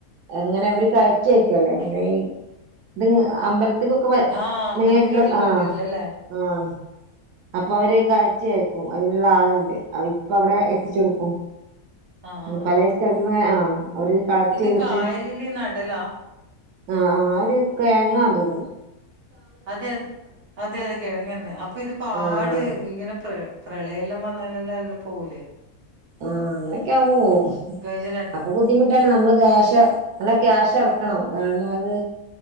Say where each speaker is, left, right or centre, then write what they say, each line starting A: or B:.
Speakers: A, on the right; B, on the right.
A: എങ്ങനെ അവര് കയറ്റി അയക്കല്ലേ എങ്ങനെ ഇത് അമ്പലത്തിക്കൊക്കെ വ
B: ആഹ് അമ്പലത്തിലേക്കെല്ലാം
A: മേളില് ആഹ്
B: വേണ്ടി വരില്ലേ അല്ലേ
A: ആഹ് അപ്പോവർ കയറ്റി അയക്കും അയ്നുള്ള ആളുണ്ട് ഇപ്പ അവിടെ എത്തിച്ച് കൊടുക്കും
B: ആഹ് ആഹ്
A: പലസ്ഥലത്തന്ന്
B: ആഹ്
A: ആ അവര് കളക്ട്
B: ഇത്
A: ചെയ്തിട്ട്
B: കായലില് നടലാ
A: ആഹ് ആഹ് അഒര് കെയങ്ങാ തോന്നുണ്
B: അതെ അ അതെ കിഴങ്ങന്നെ. അപ്പ ഇത് പാട്
A: ആഹ് ആഹ്
B: ഇങ്ങനെ പ്ര പ്രളയല്ലം വന്നാലല്ലാം ല്ലും പോവൂലേ
A: ആ അങ്ങനൊക്കാവുമ്പോ പോവു
B: കഴിഞ്ഞ
A: അപ്പൊ ബുദ്ധിമുട്ടായാലു നമ്മള് കാശ നല്ല ക്യാഷ് ഇറക്കണം കാരണം അത്